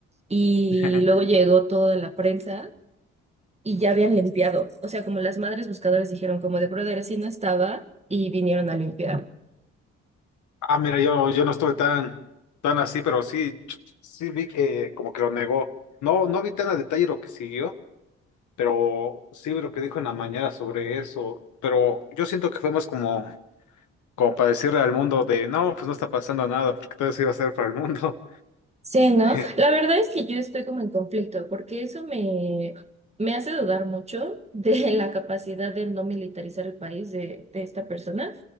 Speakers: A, on the right; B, on the left.
A: Y
B: <laughs>
A: luego llegó toda la prensa y ya habían limpiado. O sea, como las madres buscadoras dijeron como de brother, así no estaba y vinieron a limpiar.
B: Ah, mira, yo, yo no estuve tan, tan así, pero sí, ch- sí vi que como que lo negó. No, no vi tan a detalle lo que siguió, pero sí vi lo que dijo en la mañana sobre eso. Pero yo siento que fue más como. como para decirle al mundo de, no, pues no está pasando nada, porque todo eso iba a ser para el mundo.
A: Sí, ¿no?
B: <laughs>
A: La verdad es que yo estoy como en conflicto, porque eso me, me hace dudar mucho <laughs> de la capacidad de no militarizar el país de, de esta persona,